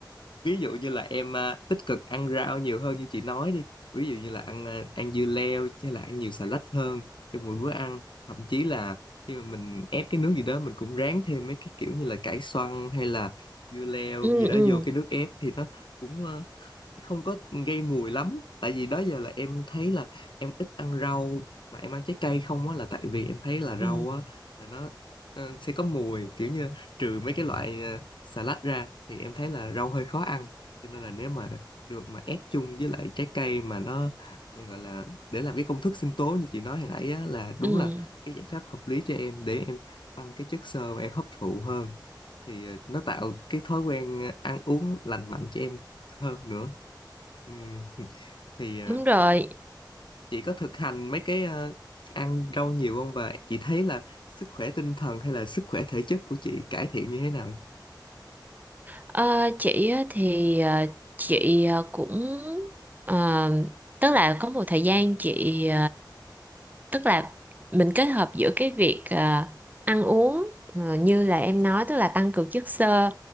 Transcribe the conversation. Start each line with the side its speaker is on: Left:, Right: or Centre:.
Left: ví dụ như là em à, tích cực ăn rau nhiều hơn như chị nói đi ví dụ như là ăn à, ăn dưa leo chứ là ăn nhiều xà lách hơn trong mỗi bữa ăn thậm chí là khi mà mình ép cái nước gì đó mình cũng ráng thêm mấy cái kiểu như là cải xoăn hay là dưa leo
Right: ừ
Left: gì đó
Right: ừ
Left: vô cái nước ép thì nó cũng à, không có gây mùi lắm tại vì đó giờ là em thấy là em ít ăn rau mà em ăn trái cây không á là tại vì em thấy là rau
Right: ừ
Left: á là nó ờ, sẽ có mùi kiểu như trừ mấy cái loại ờ, salad ra thì em thấy là rau hơi khó ăn cho nên là nếu mà được mà ép chung với lại trái cây mà nó ờ, gọi là để làm cái công thức sinh tố như chị nói hồi nãy á là đúng
Right: ừ
Left: là cái giải pháp hợp lý cho em để em tăng cái chất xơ mà em hấp thụ hơn thì ờ, nó tạo cái thói quen ờ, ăn uống lành mạnh cho em hơn nữa Ừm, <laughs> thì ờ,
Right: đúng rồi
Left: chị có thực hành mấy cái ờ, ăn rau nhiều không và chị thấy là sức khỏe tinh thần hay là sức khỏe thể chất của chị cải thiện như thế nào?
Right: Ờ, chị á thì ờ, chị ờ, cũng ờ, tức là có một thời gian chị tức là mình kết hợp giữa cái việc ờ, ăn uống ờ, như là em nói tức là tăng cường chất xơ